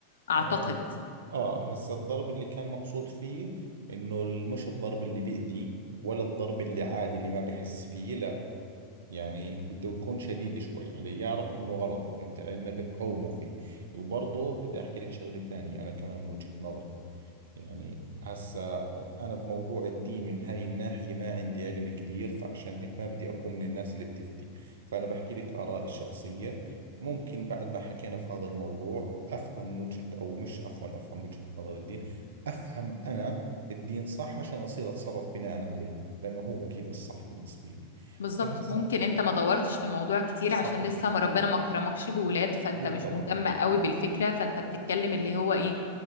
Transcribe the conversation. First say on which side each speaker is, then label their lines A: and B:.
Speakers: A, on the left; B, on the right.
A: أعتقد
B: اه آه، هسا الضرب اللي كان مقصود فيه انه ال- مش الضرب اللي بيأذي ولا الضرب اللي عادي اللي ما بحس فيه لا يعني بده يكون شديد شوي عليه يعرف انه غلط فهمت علي انك تقومه فيه وبرضه بدي احكي لك شغلة ثانية انا كمان من وجهة نظري يعني هسا آه، أنا بموضوع الدين من هاي الناحية ما عندي علم كبير فعشان هيك ما بدي أكون من الناس اللي بتفتي فأنا بحكي لك آرائي الشخصية ممكن بعد ما حكينا في هذا الموضوع أفهم وجهة أو مش عفوا أفهم وجهة نظر الدين أفهم أنا الدين صح عشان أصير أتصرف بناء عليه لأنه هو أكيد الصح بالنسبة لي
A: بالظبط
B: فهسا
A: ممكن أنت ما دورتش في الموضوع كتير
B: صح
A: عشان لسه ما ربنا ما كرمكش بولاد فأنت
B: بالضبط
A: مش مهتم قوي بالفكرة فأنت بتتكلم اللي هو إيه